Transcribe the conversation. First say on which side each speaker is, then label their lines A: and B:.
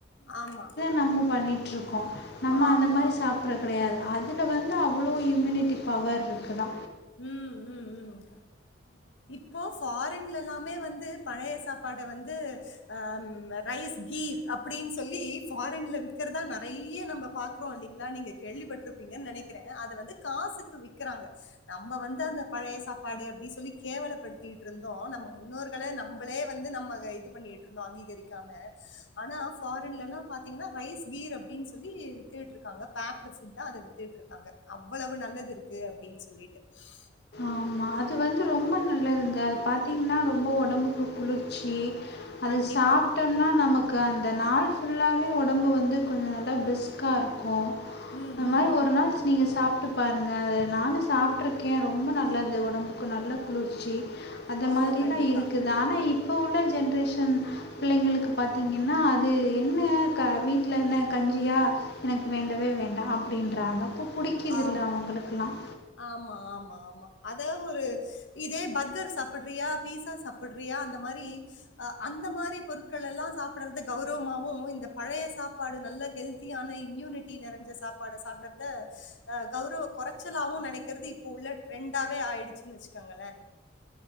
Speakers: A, on the left; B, on the left.
A: ஆமா
B: நம்ம பண்ணிட்ருக்கோ நம்ம
A: ஆமா.
B: அந்த மாரி சாப்பறது கெடையாது அதுல வந்து அவ்வளோ இம்யூனிட்டி பவர் இருக்குதா
A: ம் ம் ம் இப்போ ஃபாரின்ல எல்லாமே வந்து பழைய சாப்பாட வந்து ஆ ரைஸ் கீர் அப்டின் சொல்லி ஃபாரின்ல விக்கிறதா நறைய நம்ப பாக்குறோ இல்லைங்களா நீங்க கேள்விப்பட்ருப்பீங்கன் நெனைக்கிற அத வந்து காசுக்கு விக்குறாங்க நம்ம வந்து அந்த பழைய சாப்பாடு அப்டி சொல்லி கேவலப்படுத் திட்டிகிட்டு இருந்தோம் நம்ம முன்னோர்களா நம்மளே வந்து நம்ம இது பண்ணிட்டு இருந்தோம் அங்கீகரிக்காம ஆனா ஃபாரின்யெல்லா பாத்தீங்கன்னா ரைஸ் வீர் அப்படின்னு சொல்லி வித்துட்டு இருக்காங்க பேக்ட்டு அதை வித்துட்டு இருக்காங்க அவ்வளவு நல்லது இருக்கு அப்படின்னு சொல்லி <inaudible>
B: ஆமா அது வந்து ரொம்ப நல்லதுங்க அது பா்த்தீங்கன்னா ரொம்ப உடம்புக்கு குளிர்ச்சி அது
A: கண்டிப்பா
B: சாப்பிட்டோம்னா நமக்கு அந்த நாள் புல்லாவே உடம்பு வந்து கொஞ்ச நல்லா பிரிஸ்க்காக இருக்கும்
A: ம்
B: அந்த மாதிரி
A: ம்
B: ஒரு நாள் நீங்க சாப்பாடு சாப்டு பாருங்க நானும் சாப்பிட்டுருக்கேன் ரொம்ப ரொம்ப நல்லது உடம்புக்கு நல்லா குளிர்ச்சி அந்த
A: ஓ!
B: மாதிரிதான்
A: கண்டிப்பா.
B: இருக்குது ஆனா இப்ப இப்போ உள்ள ஜென்ரேஷன் பிள்ளைங்களுக்கு பாத்தீங்கன்னா அது என்ன வீட்டுல என்ன கஞ்சியா எனக்கு வேண்டவே வேண்டாம் அப்படின்றாங்க பு புடிக்கதில்லை
A: ஆமா.
B: அவங்களுக்கெலாம்
A: ஆமா ஆமா ஆமா அதா ஒரு இதே பர்கர் சாப்பிடுறியா பீஸா சாப்பிடுறியா அந்த மாதிரி அந்த மாதிரி பொருட்கள் எல்லாம் சாப்பிடுறத கௌரவமாவும் இந்த பழைய சாப்பாடு நல்ல ஹெல்த்தியான இம்யூனிட்டி நிறஞ்ச சாப்பாடை சாப்பிடறதஹ் கௌரவ குறைச்ச உம் நினைக்கிறது இப்ப உள்ள ட்ரெண்டாவே ஆயிடுச்சுன்னு வச்சுக்காங்களே